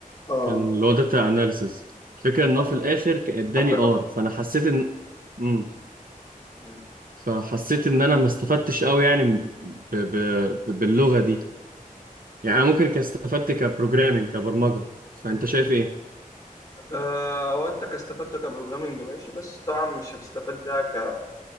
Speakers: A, on the left; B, on the right.
A: اه
B: كان اللي هو داتا اناليسز الفكرة
A: طب
B: ان هو في الاخر ك- اداني
A: طب
B: ار فانا حسيت ان مم.
A: بالار
B: فحسيت ان انا ما استفدتش قوي يعني ب... ب... ب- باللغة دي يعني انا ممكن كان استفدت كبروجرامينج كبرمجة فانت شايف ايه
A: آه، هو انت كاستفدت كبروجرامنج ماشي بس طبعا مش هتستفاد بيها ك-